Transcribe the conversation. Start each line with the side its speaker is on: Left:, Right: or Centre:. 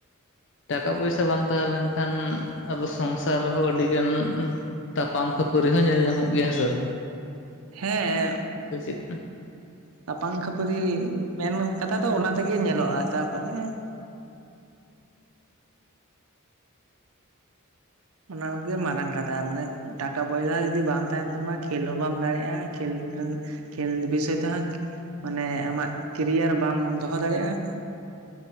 Left: ᱴᱟᱠᱟ ᱯᱚᱭᱥᱟ ᱵᱟᱝ ᱛᱟᱦᱮᱸᱞᱮᱱᱠᱷᱟᱱ ᱟᱫᱚ ᱥᱚᱝᱥᱟᱨ ᱨᱮᱦᱚᱸ ᱟᱹᱰᱤ ᱜᱟᱱ᱾ ᱛᱟᱯᱟᱢ ᱠᱷᱟᱹᱯᱟᱹᱨᱤ ᱦᱚᱸ ᱧᱮᱞ ᱧᱟᱢᱚᱜ ᱜᱮᱭᱟ ᱦᱮᱸ ᱥᱮ ᱵᱟᱝ᱾
Right: ᱦᱮᱸ᱾
Left: ᱥᱮ ᱪᱮᱫ
Right: ᱛᱟᱯᱟᱝ ᱠᱷᱟᱹᱯᱟᱹᱨᱤ ᱢᱮᱱ ᱠᱟᱛᱷᱟ ᱫᱚ ᱚᱱᱟ ᱛᱮᱜᱮ ᱧᱮᱞᱚᱜ-ᱟ᱾ ᱛᱟᱯᱚᱨᱮ ᱚᱱᱟ ᱜᱮᱮ ᱢᱟᱨᱟᱝ ᱠᱟᱛᱷᱟ᱾ ᱢᱟᱱᱮ ᱴᱟᱠᱟ ᱯᱚᱭᱥᱟ ᱡᱩᱫᱤ ᱵᱟᱝ ᱛᱟᱦᱮᱱ ᱛᱟᱢᱟ ᱠᱷᱮᱹᱞ ᱦᱚᱸ ᱵᱟᱢ ᱫᱟᱲᱮᱭᱟᱜ-ᱟ᱾ ᱠᱷᱮᱹᱞ ᱨᱮᱱ ᱠᱷᱮᱹᱞ ᱵᱤᱥᱚᱭ ᱛᱮᱦᱚᱸ ᱢᱟᱱᱮ ᱟᱢᱟᱜ ᱠᱮᱨᱤᱭᱟᱨ ᱵᱟᱢ ᱫᱚᱦᱚ ᱫᱟᱲᱮᱭᱟᱜ-ᱟ᱾